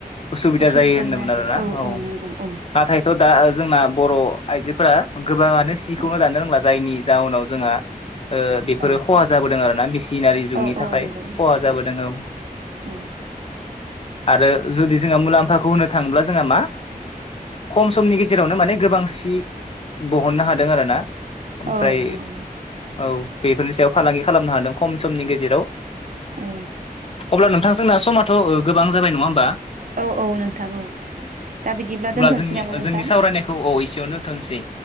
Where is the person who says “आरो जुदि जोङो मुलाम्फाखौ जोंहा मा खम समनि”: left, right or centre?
Left